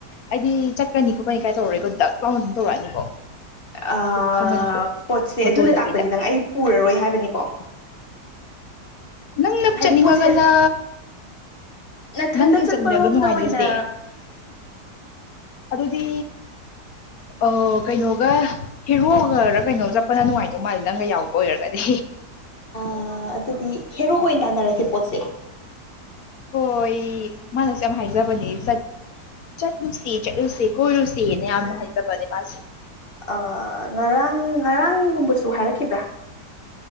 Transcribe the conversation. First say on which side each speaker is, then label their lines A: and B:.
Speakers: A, on the left; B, on the left.
A: ꯑꯩꯗꯤ ꯆꯠꯀꯅꯤ ꯈꯣꯠꯀꯅꯤ ꯀꯥꯏ ꯇꯧꯔꯣꯏꯀꯣ ꯗꯛ ꯂꯥꯎꯅ ꯑꯗꯨꯝ ꯇꯧꯔꯛꯑꯅꯤꯀꯣ
B: ꯑꯥ
A: ꯈꯪꯉꯅꯤꯀꯣ
B: ꯄꯣꯠꯁꯦ
A: ꯐꯣꯇꯣꯗ
B: ꯑꯗꯨꯅ ꯇꯥꯛꯄꯗꯤ
A: ꯀꯩꯗ
B: ꯅꯪ ꯑꯩ ꯄꯨꯔꯔꯣꯏ ꯍꯥꯏꯕꯅꯤꯀꯣ
A: ꯅꯪꯅ
B: ꯍꯥꯏꯗꯤ
A: ꯆꯠꯅꯤꯡꯉꯒꯅꯥ
B: ꯄꯣꯠꯁꯦ ꯅꯊꯟꯗ
A: ꯅꯪꯒ
B: ꯆꯠꯄꯔꯣꯝꯗ
A: ꯆꯠꯃꯤꯟꯅꯕ ꯅꯨꯡꯉꯥꯏꯗꯣꯏꯖꯦ
B: ꯑꯣꯏꯅ
A: ꯑꯗꯨꯗꯤ ꯑꯥ ꯀꯩꯅꯣꯒ ꯍꯦꯔꯣꯒꯔ ꯀꯩꯅꯣ ꯆꯠꯄꯅ ꯅꯨꯡꯉꯥꯏꯗꯧ ꯃꯥꯂꯦ ꯅꯪꯒ ꯌꯥꯎꯕ ꯑꯣꯏꯔꯒꯗꯤ
B: ꯑꯥ ꯑꯗꯨꯗꯤ ꯍꯦꯔꯣꯒ ꯑꯣꯏꯅ ꯇꯥꯅꯔꯁꯦ ꯄꯣꯠꯁꯦ
A: ꯍꯣꯏ ꯃꯥꯅꯁꯨ ꯌꯥꯝ ꯍꯥꯏꯖꯕꯅꯦ ꯆꯠ ꯆꯠꯂꯨꯁꯤ ꯆꯠꯂꯁꯤ ꯀꯣꯏꯔꯨꯁꯦꯅ ꯌꯥꯝꯅ ꯍꯥꯏꯖꯕꯅꯦ ꯃꯥꯁꯨ
B: ꯑ ꯉꯔꯥꯡ ꯉꯔꯥꯡꯒꯨꯝꯕꯁꯨ ꯍꯥꯏꯔꯛꯈꯤꯕ꯭ꯔꯥ